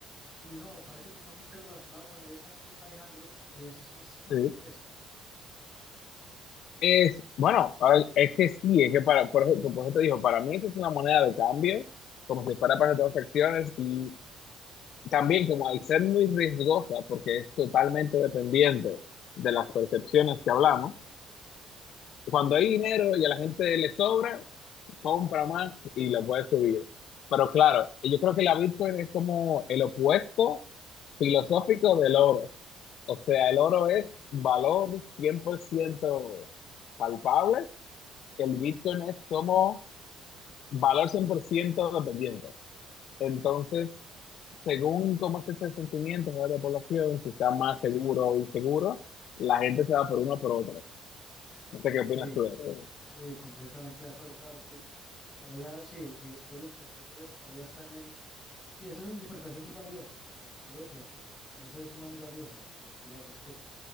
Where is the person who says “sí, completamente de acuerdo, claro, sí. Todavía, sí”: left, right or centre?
Left